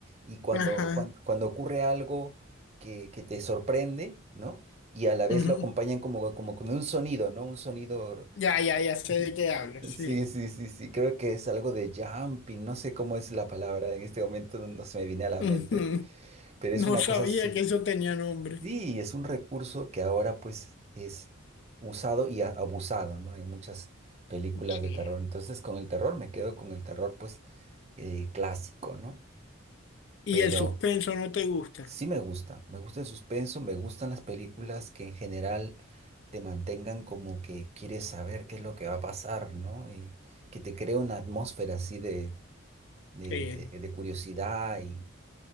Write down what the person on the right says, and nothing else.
y cuando,
cuan- cuando ocurre algo que, que te sorprende, ¿no? Y a la vez
lo acompañan como, como con un sonido, ¿no? Un sonido...
<laughs>
Sí, sí, sí, sí, creo que es algo de jumping, no sé cómo es la palabra en este momento, no no se me viene
a la
mente, pero
es una
cosa así.
Sí, es un recurso que ahora pues es usado y a- abusado, ¿no? En muchas películas
de terror. Entonces con el terror me quedo con el terror pues eh, clásico, ¿no?
Pero
sí me gusta, me gusta el suspenso, me gustan las películas que en general te mantengan como que quieres saber qué es lo que va a pasar, ¿no? Y que te crea una atmósfera así de, de,
de- de curiosidad y